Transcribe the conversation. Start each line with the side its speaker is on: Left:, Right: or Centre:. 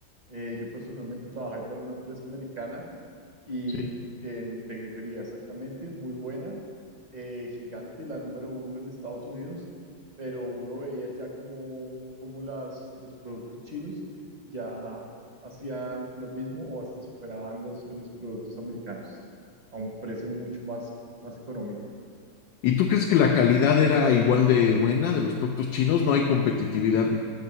Right: Eh, yo personalmente trabajé para una empresa americana y
Left: Sí.
Right: en- de grifería, exactamente, muy buena, eh, gigante, la número uno en Estados Unidos, pero uno veía ya como, como las, los productos chinos ya hacían lo mismo o hasta superaban los, los productos americanos a un precio mucho más, más económico.
Left: ¿Y tú crees que la calidad era igual de buena de los productos chinos? ¿No hay competitividad